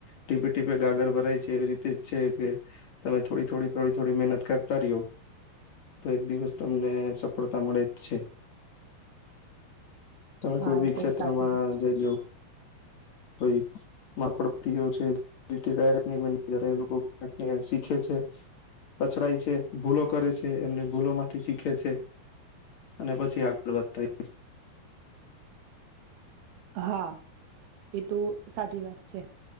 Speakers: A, on the left; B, on the right.
A: ટીપે ટીપે ગાગર ભરાય છે એવી રીતે જ છે કે તમે થોડી થોડી થોડી થોડી મહેનત કરતા રહ્યો. તો એક દિવસ તમને સફળતા મળે જ છે. તમે
B: હા,
A: કોઈ બી
B: એ
A: ક્ષેત્રમાં
B: તો સાચી વાત.
A: જઈ જો. કોઈ માર પડતી ઓ છે એથી ડાયરેક્ટ નહી બની જતા એ લોકો કંઇક કંઈ શીખે છે. પછરાય છે, ભૂલો કરે છે એમને ભૂલો માંથી શીખે છે. અને પછી આગળ વધતાય
B: હા, એ તો સાચી વાત છે.